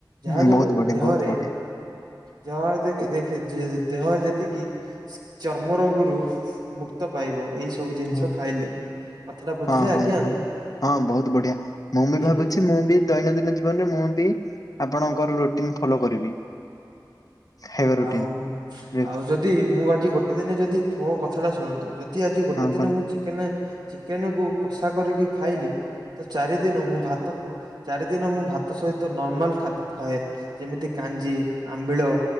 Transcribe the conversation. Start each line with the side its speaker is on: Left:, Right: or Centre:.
Right: ଯାହା
Left: ହୁଁ
Right: ଯୋଗୁଁ
Left: ବହୁତ ବଢିଆ
Right: ଦେହରେ
Left: ବହୁତ ବଢିଆ
Right: ଯାହା ଦେ ଦେହ ଯେତିକି ଚର୍ମ ରୋଗରୁ ମୁକ୍ତ ପାଇବ ଏଇ ସବୁ ଜିନିଷ
Left: ହୁଁ
Right: ଖାଇଲେ କଥା ଟା ବୁଝିଲେ।
Left: ହଁ ହଁ
Right: ଆଜ୍ଞା
Left: ହଁ ବହୁତ ବଢିଆ ମୁଁ ବି ଭାବୁଛି
Right: ଏମିତି
Left: ମୁଁ ବି ଦୈନନ୍ଦିନ ଜୀବନରେ ମୁଁ ବି ଆପଣଙ୍କର ରୁଟିନ୍ ଫଲୋ କରିବି। ଖାଇବା ରୁଟିନ
Right: ଆଉ
Left: ହଁ
Right: ଆଉ ଯଦି ମୁଁ ଆଜି ଗୋଟେ ଦିନେ ଯଦି ମୋ କଥାଟା ଶୁଣନ୍ତୁ। ଯଦି ଆଜି ଗୋଟେ ଦିନ
Left: କର
Right: ମୁଁ ଚିକେନ ଚିକେନକୁୁ କଷା କରିକି ଖାଇଲି ତ ଚାରି ଦିନ ମୁଁ ଭାତକୁ ଚାରି ଦିନ ମୁଁ ଭାତ ସହିତ ନର୍ମାଲ୍ ଖାଦ୍ୟ ଖାଏ ଯେମିତି କାଞ୍ଜି ଆମ୍ବିଳ